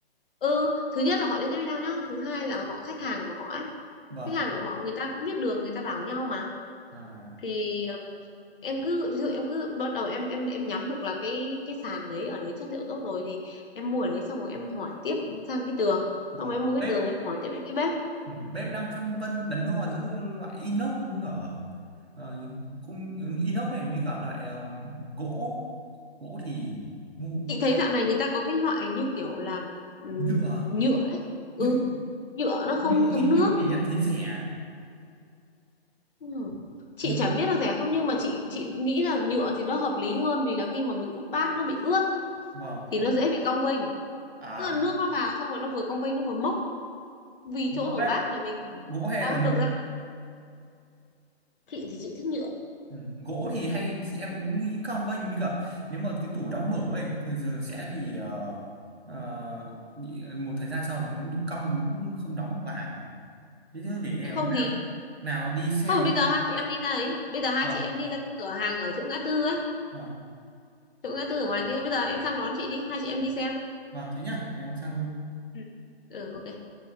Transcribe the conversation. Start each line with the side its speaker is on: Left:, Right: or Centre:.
Left: ừ thứ nhất là họ liên kết với nhau nhá thứ hai là họ khách hàng của họ ấy
Right: vâng
Left: khách hàng của họ người ta cũng biết đường người ta bảo nhau mà
Right: à
Left: thì um, em cứ ví dụ em cứ bắt đầu em em em nhắm được là cái cái sàn đấy ở đấy chất liệu tốt rồi thì em mua ở đấy xong rồi em hỏi tiếp sang cái tường
Right: vâng
Left: xong rồi em mua
Right: bếp
Left: cái tường em hỏi tiếp đến cái bếp
Right: Ừ, Bếp đang phân vân đắn đo giữa loại inox với cả ờ, khung ừ, inox này với cả loại ờm, gỗ gỗ thì ngu
Left: chị thấy dạo này người ta có cái loại như kiểu là ừm,
Right: nhựa
Left: nhựa ấy ừ
Right: nhựa
Left: nhựa
Right: nhựa
Left: nó không
Right: nghĩ
Left: thấm nước
Right: nhựa thì em thấy rẻ
Left: ừ. chị
Right: nhựa
Left: chẳng biết là rẻ không nhưng mà chị chị nghĩ là nhựa thì nó hợp lý hơn vì là khi mà mình úp bát nó bị ướt
Right: vâng
Left: thì nó dễ bị cong vênh
Right: à
Left: tức là nước nó vào xong rồi nó vừa cong vênh nó vừa mốc vì
Right: gỗ
Left: chỗ rửa
Right: á,
Left: bát nhà mình
Right: gỗ hay
Left: có
Right: là nhựa
Left: được ra Chị thì chị thích nhựa.
Right: ừ, gỗ thì hay em nghĩ cong vênh với cả nếu mà cái tủ đóng mở ấy thì giờ sẽ bị
Left: Ừ.
Right: ờ, ờ, bị một thời gian sau nó bị cong cũng không đóng được vào thế thôi để em
Left: Không
Right: hôm nào
Left: thì
Right: nào đi xem
Left: không bây giờ hai chị em đi ra ấy. Bây giờ hai
Right: vâng
Left: chị em đi ra cái cửa hàng ở chỗ ngã tư ấy,
Right: vâng
Left: chỗ ngã tư ở ngoài kia. Bây giờ em sang đón chị đi, hai chị em đi xem.
Right: Vâng, thế nhá, để em sang luôn.
Left: Ừ. Ừ ok.